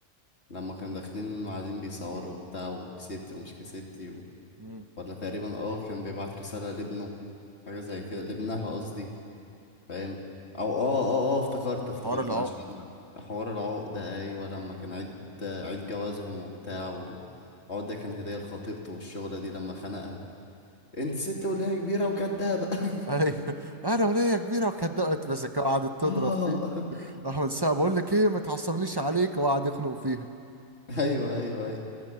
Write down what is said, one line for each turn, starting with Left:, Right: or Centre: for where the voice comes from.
Left: لما كانوا داخلين وقاعدين بيصوروا وبتاع وكسبتي ومش كسبتي و...
Right: مم.
Left: ولا تقريبا اه كان بيبعت رسالة لابنه حاجة زي كده لابنها قصدي فاهم او اه اه اه افتكرت افتكرت
Right: حوار العقد
Left: معلش جمعت. حوار العقدة ايوه لما كان عيد عيد جوازهم وبتاع والعقدة كان هدية لخطيبته والشغلة دي لما خنقها انت ست ولا هي كبيرة وكدابة <laughs>
Right: ايوه انا وليا كبيره وكدقت مسكه وقعدت تضرب
Left: اه
Right: فيه احمد سقا بقول لك ايه ما تعصبنيش عليك وقعد يخنق فيها
Left: ايوه ايوه ايوه